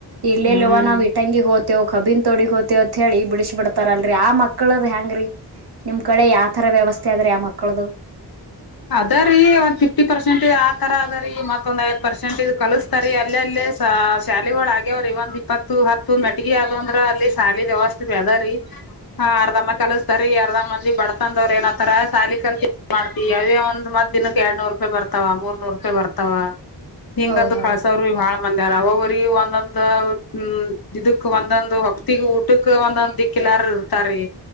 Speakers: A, on the right; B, on the left.
A: ಇಲ್ಲೆಲ್ವ
B: ಹ್ಮ್
A: ನಾವವು ಇಟಂಗಿ ಹೋತೆೇವ ಕಬಿನ್ ತೊಡಿಿೋ ಹಥಳಿ ಬುಿಶ ಬಟ್ಟ ರಲ್ರರಿ ಆ ಮಕ್ಕಳದ ಹೆಂಗ್ರೀ ನಿಮ್ ಕಡೆ ಯಾವ ತರ ವ್ಯವಸ್ಥೆ ಆದ್ರೆ ಆ ಮಕ್ಕ ಮಕ್ಕಳದು
B: ಅದ್ರೀ ಒಂದ್ ಫಿಫ್ಟಿ ಪರ್ಸೆಂಟ್ ಆತರ ಅದರಿ ಮತ್ತೊಂದ್ ಐದ್ ಪರ್ಸೆಂಟ್್ ಕಲಸ್ತಾರಿ ಅಲ್ಲ ಅಲ್ಲೇ ಶ್ಯಾಲಿಗಳ ಆಗ್ಯವ್ರಿ ಒಂದ್ ಇಪ್ಪತ್ತು ಹತ್ತು ಮೆಟ್ಗಿ ಅದಂದ್ರ ಅಲ್ಲಿ ಶಾಲಿ ವ್ಯವಸ್ಥದೆ ಅದ್ರೀ ಹಾ ಅರ್ಧಮ್ಮ ಕಲಿಸತಾರಿ ಅರ್ಧಾಮ ಬಡ್ತಂದವ್್ರ ಏನತರ ಸಾಲಿ ಕಲ್ ಮಾಡ್ ಅದೇ ಒಂದ ಮತ್ ದಿನದ ಎಡ್ನೂರು ರೂಪಾಯಿ ಬರ್ತಾವ ಮೂರ್ನೂರ್ ರೂಪಾಯಿ ಬರ್ತಾವ ಹಿಂಗದುು
A: ಹೌದ್ ಹೌದ್
B: ಕಳ್ಸವ್ರಿ ಬಾಳ ಮಂದಾರ ಅವ ಅವ್ರಿಗೆ ಒಂದೊಂದ್ ಹ್ಮ ಇದಕ್ ಒಂದೊಂದ್ ಹೊಕ್ತಿಗ್ ಊಟಕ್ ಒಂದೊಂದ್ ದಿಕ್ಕಲಾರ ಇರ್ತಾರಿೀ